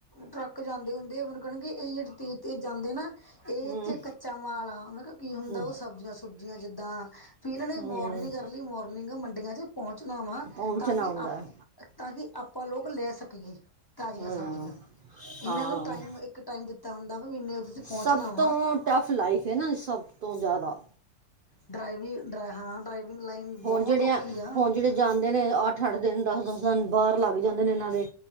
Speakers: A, on the left (about 35°); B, on the right (about 85°).
A: ਟਰੱਕ ਜਾਂਦੇ ਹੁੰਦੇ, ਨਾ ਮਤਲਬ ਇਹ ਕਹਿਣਗੇ ਇਹ ਜਿਹੜੇ ਤੇਜ਼-ਤੇਜ਼ ਜਾਂਦੇ ਨਾ। ਇਹ
B: ਹੂੰ
A: ਤੇ ਕੱਚਾ ਮਾਲ ਆ ਮੈ ਕਿਹਾ ਕੀ ਹੁੰਦਾ
B: ਹੂੰ,
A: ਉਹ ਸਬਜ਼ੀਆਂ ਸੁਬਜ਼ੀਆਂ ਜਿੱਦਾਂ ਵੀ ਇਹਨਾਂ ਨੇ
B: ਹੂੰ,
A: ਮੋਰਨਿੰਗ ਅਰਲੀ ਮੋਰਨਿੰਗ ਮੰਡੀਆਂ ਚ ਪਹੁੰਚਣਾ ਵਾ,
B: ਪਹੁੰਚਣਾ
A: ਤਾਂ ਕਿ
B: ਹੁੰਦਾ
A: ਆਪ
B: ਹੈ।
A: ਤਾਂ ਕਿ ਆਪਾਂ ਲੋਕ ਲੈ ਸਕੀਏ, ਤਾਜ਼ੀਆਂ
B: ਹਾਂ
A: ਸਬਜ਼ੀਆਂ ਇਹਨਾਂ
B: ਹਾਂ
A: ਨੂੰ ਟਾਈਮ ਇੱਕ ਟਾਈਮ ਦਿੱਤਾ ਹੁੰਦਾ ਵਾ ਇੰਨੇ
B: ਸਭ
A: ਪਹੁੰਚਣਾ ਵਾ
B: ਤੋਂ ਟਫ ਲਾਈਫ ਹੈ, ਨਾ ਸਭ ਤੋਂ ਜ਼ਿਆਦਾ।
A: ਡਰਾਈਵਿੰਗ ਡਰਾ ਹਾਂ, ਡਰਾਈਵਿੰਗ ਲਾਈਨ ਬਹੁਤ
B: ਹੁਣ ਜਿਹੜੇ
A: ਔਖੀ ਆ।
B: ਹੁਣ ਜਿਹੜੇ ਜਾਂਦੇ ਨੇ ਅੱਠ-ਅੱਠ ਦਿਨ ਦਸ-ਦਸ ਦਿਨ ਬਾਰ ਲੱਗ ਜਾਂਦੇ ਨੇ ਇਹਨਾਂ ਦੇ